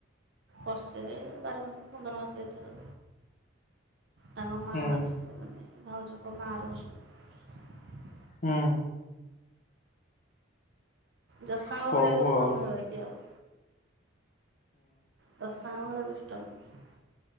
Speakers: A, on the right (about 60°); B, on the left (about 40°).
A: ବର୍ଷେ ବାର ମାସ ପନ୍ଦର ମାସ ହେଇଥିବ। ତାଙ୍କ ମା
B: ହୁଁ
A: ଅଛନ୍ତି, ମାନେ ଭାଉଜଙ୍କ ମା ରହୁସନ୍ତି।
B: ହୁଁ।
A: ଯଶାଙ୍କ
B: ହଉ
A: ଭଳିଆ ଦୁଷ୍ଟ
B: ଆଉ।
A: ନୁହେଁ ବାକି ଆଉ ଯଶାଙ୍କ ଭଳିଆ ଦୁଷ୍ଟ ନୁହଁ।